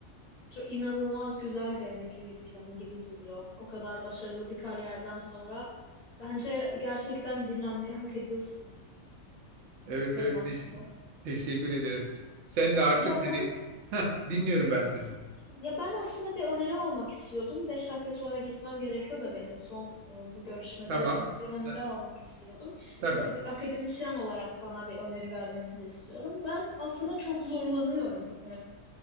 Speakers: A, on the left; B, on the right.
A: Çok inanılmaz güzel bir emeklilik planı gibi duruyor. O kadar başarılı bir kariyerden sonra bence gerçekten dinlenmeyi hak ediyorsunuz
B: Evet
A: benim
B: evet
A: açımdan.
B: teş- teşekkür ederim. Sen de artık
A: Ya ben
B: hani Heh, dinliyorum ben
A: evet
B: seni.
A: lütfen. ya ben aslında bir öneri almak istiyordum. Beş dakika sonra gitmem gerekiyor da benim son e, bu görüşmede
B: Tamam.
A: bir öneri
B: Ha,
A: almak istiyordum.
B: Tabii.
A: Siz de bir akademisyen olarak bana bir öneri vermenizi istiyorum. Ben aslında çok zorlanıyorum.